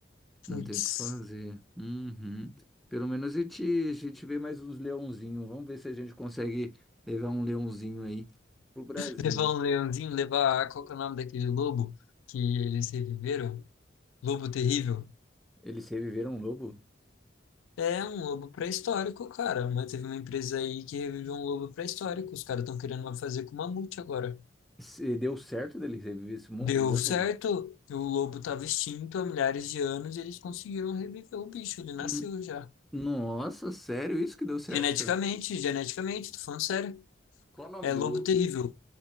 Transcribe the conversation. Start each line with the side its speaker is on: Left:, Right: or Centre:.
Left: Putz.
Centre: Não tem o que fazer. Uhum. Pelo menos a gente, a gente vê mais uns leãozinhos. Vamos ver se a gente consegue levar um leãozinho aí pro Brasil.
Left: Levar um leãozinho, levar. Qual que é o nome daquele lobo que eles reviveram? Lobo terrível?
Centre: Eles reviveram um lobo?
Left: É um lobo pré-histórico, cara. Mas teve uma empresa aí que reviveu um lobo pré-histórico. Os caras estão querendo fazer com mamute agora.
Centre: Se deu certo dele reviver esse mo-
Left: Deu
Centre: o lobo?
Left: certo, o lobo estava extinto há milhares de anos e eles conseguiram reviver o bicho. Ele nasceu
Centre: Hum,
Left: já.
Centre: Nossa, sério isso que deu certo?
Left: Geneticamente, geneticamente, tô falando sério.
Centre: Qual o nome
Left: É
Centre: do
Left: lobo terrível.